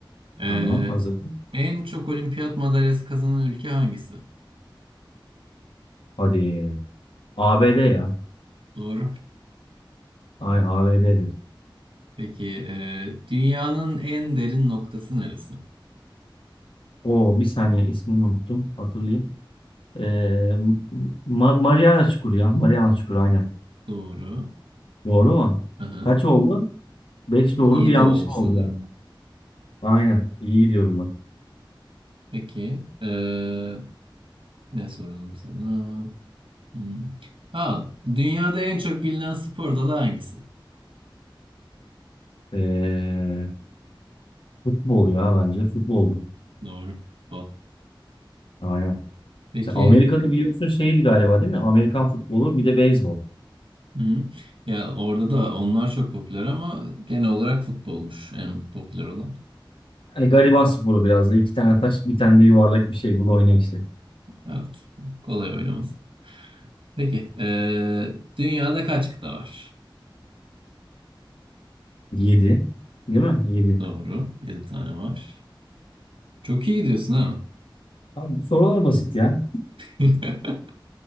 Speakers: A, on the right (about 80°); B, on the left (about 80°).
A: Ee,
B: Tamam hazır.
A: en çok olimpiyat madalyası kazanan ülke hangisi?
B: Hadi. ABD ya.
A: Doğru.
B: Ay ABD'dir.
A: Peki, e, dünyanın en derin noktası neresi?
B: O bir saniye ismini unuttum. Hatırlayayım. Ee, Ma- Mariana Çukuru ya. Mariana Çukuru aynen.
A: Doğru.
B: Doğru mu?
A: Aha.
B: Kaç oldu? 5
A: Bu
B: doğru
A: 7
B: bir yanlışım
A: oldu sanırım.
B: oldu yani. Aynen. İyi gidiyorum bak.
A: Peki, e, ne soralım sana? Hmm. Ha, dünyada en çok bilinen spor dalı hangisi?
B: Ee, futbol ya bence. Futboldu.
A: Doğru. Futbol.
B: Aynen.
A: Peki,
B: Mesela Amerika'da biliyorsun şeydi galiba değil mi? Amerikan futbolu bir de beyzbol.
A: hı. Ya orada da onlar çok popüler ama genel olarak futbolmuş en popüler olan.
B: Hani gariban sporu biraz da. İki tane taş, bir tane de yuvarlak bir şey. Bul oyna işte.
A: Evet, kolay oynaması. Peki. eee, dünyada kaç kıta var?
B: Yedi. Değil mi? Yedi.
A: Doğru. yedi tane var. Çok iyi gidiyorsun ha.
B: Abi bu sorular basit ya.
A: <laughs>